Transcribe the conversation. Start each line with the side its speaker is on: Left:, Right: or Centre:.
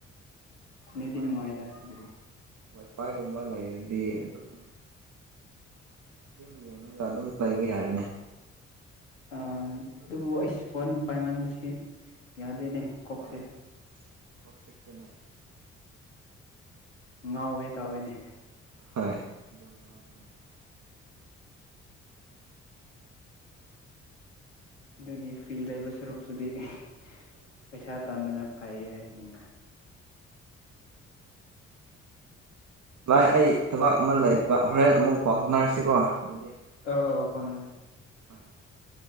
Right: ꯋꯥꯏꯐꯥꯏꯒꯨꯝ
Left: ꯅꯦꯗꯤ ꯅꯨꯡꯉꯥꯏꯗ ꯑꯁꯤꯗꯗꯤ
Right: ꯋꯥꯏꯐꯥꯏꯒꯨꯝꯕ ꯂꯩꯔꯗꯤ ꯑꯗꯨꯝ ꯐ꯭ꯂꯤꯝ ꯌꯦꯡꯉꯒ ꯑꯗꯨꯝ ꯂꯩꯕ ꯌꯥꯔꯦꯅꯦ
Left: ꯑ ꯑꯗꯨꯕꯨ ꯑꯩꯁ ꯐꯣꯟ ꯄꯥꯏꯃꯟꯕꯁꯤ ꯌꯥꯗꯦꯅꯦ ꯀꯣꯛꯁꯦ
Right: ꯑꯍꯣꯏ ꯀꯣꯛ ꯆꯤꯛꯄꯅꯦ꯫
Left: ꯉꯥꯎꯒꯦ ꯇꯥꯎꯋꯦꯅꯦ
Right: ꯍꯣꯏ ꯑꯗꯨꯉꯧꯅꯦ <unintelligible>
Left: ꯑꯗꯨꯒꯤ ꯐ꯭ꯔꯤ ꯂꯩꯕ ꯁꯔꯨꯛꯁꯨꯗꯤ ꯏ ꯄꯩꯁꯥ ꯇꯥꯟꯕꯅ ꯐꯩꯌꯦ ꯍꯥꯏꯕꯅꯤꯗ
Right: ꯚꯥꯏ ꯑꯩ ꯊꯕꯛ ꯑꯃ ꯂꯩꯕ ꯍꯣꯔꯦꯟ ꯑꯃꯨꯛ ꯄꯥꯎ ꯐꯥꯎꯅꯔꯁꯤꯀꯣ, ꯑꯗꯨꯗꯤ꯫
Left: ꯑꯧ ꯑꯧ ꯐꯧꯅꯔꯁꯤ <unintelligible>
Right: ꯍꯣꯏ ꯍꯣꯏ <unintelligible>